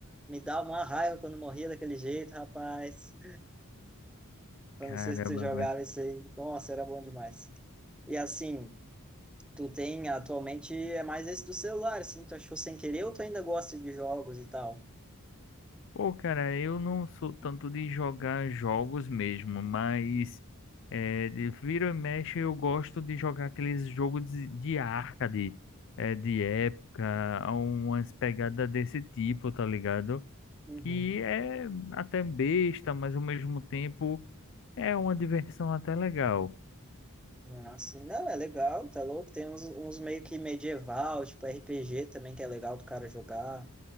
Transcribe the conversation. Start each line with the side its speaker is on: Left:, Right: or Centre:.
Centre: Me dá uma raiva quando morria daquele jeito, rapaz. Eu
Left: caramba,
Centre: não sei se tu jogava isso aí. Nossa, era bom demais. E assim, tu tem, atualmente, é mais esse do celular, assim, tu achou sem querer ou tu ainda gosta de jogos e tal?
Left: Pô, cara, eu não sou tanto de jogar jogos mesmo, mas é, de vira e mexe eu gosto de jogar aqueles jogos de, de arcade, é, de época, há umas pegadas desse tipo, tá ligado?
Centre: Uhum.
Left: Que é até besta, mas ao mesmo tempo é uma diversão até legal.
Centre: Ah, sim. Não, é legal, tá louco. Tem uns, uns meio que medieval, tipo RPG também, que é legal do cara jogar.